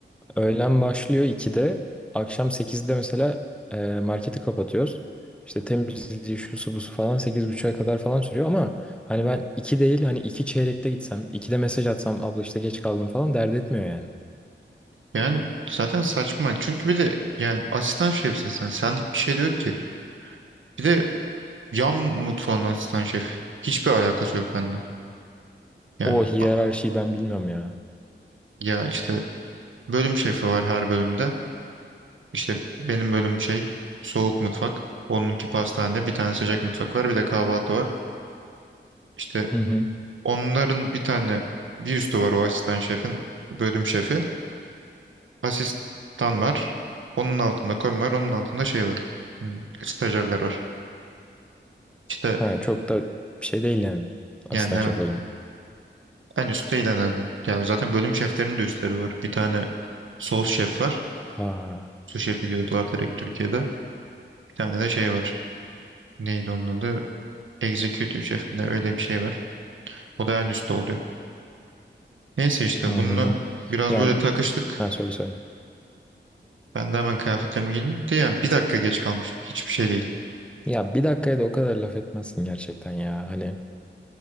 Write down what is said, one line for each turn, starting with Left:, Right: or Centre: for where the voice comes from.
Centre: Öğlen başlıyor 2'de. Akşam 8'de mesela e, marketi kapatıyoruz. İşte temizliği şusu busu falan 8.30'a kadar falan sürüyor ama hani ben 2 değil hani 2 çeyrekte gitsem 2'de mesaj atsam abla işte geç kaldım falan dert etmiyor yani.
Right: yani zaten saçma. Çünkü bir de yani asistan şefsin sen. Senlik bir şey diyor ki. Bir de yan mutfağın asistan şef. Hiçbir alakası yok bende. Yani
Centre: O hiyerarşiyi
Right: a-
Centre: ben bilmiyorum ya.
Right: ya işte bölüm şefi var her bölümde. İşte benim bölüm şey soğuk mutfak. Onunki pastanede bir tane sıcak mutfak var bir de kahvaltı var. İşte
Centre: Hı hı.
Right: onların bir tane bir üstü var o asistan şefin bölüm şefi. Asistan var. Onun altında komi var. Onun altında şey var. Hmm, Stajyerler var. İşte
Centre: Ha, çok da bir şey değil yani. Asistan
Right: yani evet.
Centre: şef o zaman.
Right: En üstte ilan Yani zaten bölüm şeflerinin de üstleri var. Bir tane sos şef var.
Centre: Ha,
Right: Su şefi diyorlar direkt Türkiye'de. Bir tane de şey var. Neydi onun adı? Executive şef mi ne öyle bir şey var. O da en üstte oluyor. Neyse işte
Centre: anladım.
Right: bununla biraz
Centre: Yani
Right: böyle takıştık.
Centre: ha, söyle söyle.
Right: Ben de hemen kıyafetlerimi giydim. Bir de yani bir dakika geç kalmış Hiçbir şey değil.
Centre: Ya bir dakikaya da o kadar laf etmezsin gerçekten ya. Hani